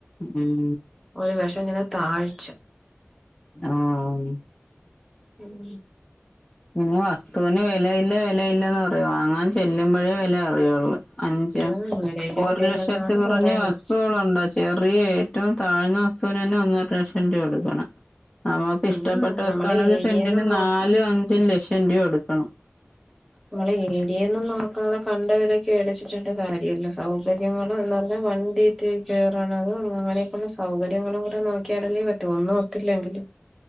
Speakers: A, on the left; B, in the centre.
A: ഉം.
B: ഒരു വശം ഇങ്ങനെ താഴ്ച്ച
A: ആ ഹ്മ്.
B: ഉം.
A: പിന്നെ വസ്ത്തൂന് വെലയില്ല വെലയില്ലന്ന് പറയും വാങ്ങാൻ ചെല്ലുമ്പഴേ വെല അറിയുള്ളൂ. ഉം അഞ്ച്
B: ഉം നിലയിലെ
A: ഒരു
B: വിലയില്ലെന്നാണ്
A: ലക്ഷത്തി കൊറഞ്ഞ
B: പറയണത്
A: വസ്തു അവ്ടെണ്ടോച്ച്. ചെറിയ ഏറ്റവും താഴ്ന്ന വസ്തുവിനെന്നെ ഒന്നര ലക്ഷം രൂപ കൊടുക്കണം. നമുക്ക് ഇഷ്ട്ടപ്പെട്ട
B: ഉം
A: വസ്തുവാണെങ്കി
B: നമ്മളെ ഏരിയന്ന്
A: സെന്റിന്
B: നോക്ക
A: നാലും അഞ്ചും ലക്ഷം രൂപ കൊടുക്കണം.
B: നമ്മള് ഏരിയേന്നും നോക്കാതെ കണ്ടതിലൊക്കെ മേടിച്ചിട്ടുള്ള കാര്യല്ല സൗകര്യങ്ങള് എന്ന്പർഞ്ഞാ വണ്ടി. കെ കേറണത് അങ്ങനെയൊക്കെയുള്ള സൗകര്യങ്ങളൂടെ നോക്കിയാലല്ലേ പറ്റൂ ഒന്നും ഒത്തില്ലെങ്കിലും